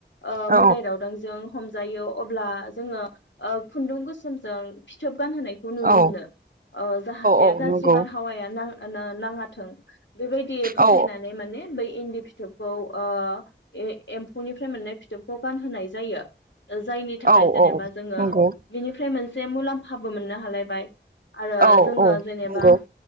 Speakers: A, on the left; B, on the right.
A: ओ
B: औ
A: मोदाय दावदांजों हमजायो अब्ला जों ओ खुुंन्दुं गोसोमजों फिथोब गान होनायखौ नुनो
B: औ
A: मोनो ओ जाहाथे
B: औ
A: गाज्रि
B: नंगौ
A: बारहावाया न थों बेबायदियै फोथायनानै
B: औ नंगौ औ
A: माने बै इन्दि फिथोबखौ ओ ए-एम्फौनिफ्राय मोननाय फिथोबखौ गानहोनाय जायो जायनि थाखाय
B: औ नंगौ औ
A: जेनेबा
B: औ
A: जोङो
B: नंगौ
A: बिनिफ्राय मोनसे से मुलाम्फाबो मोननो हालायबाय आरो
B: औ नंगौ औ
A: जोङो जेनेबा
B: औ